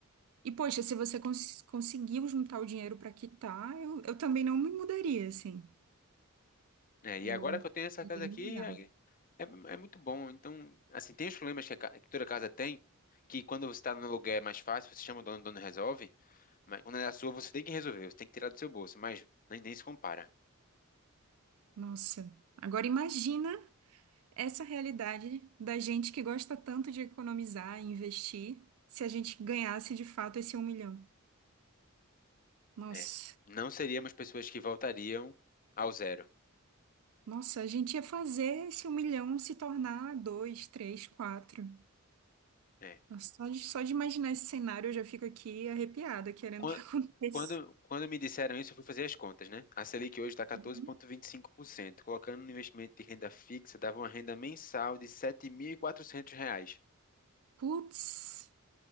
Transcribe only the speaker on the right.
E, poxa, se você cons- conseguiu juntar o dinheiro para quitar, eu, eu também não me mudaria, assim.
Eu
iria
me
mudar.
Nossa. Agora imagina essa realidade da gente que gosta tanto de economizar e investir, se a gente ganhasse de fato esse um milhão. Nossa.
Nossa, a gente ia fazer esse um milhão se tornar dois, três, quatro.
Nossa, só de, só de imaginar esse cenário eu já fico aqui arrepiada, querendo
que <laughs> aconteça.
Uhum.
Putz,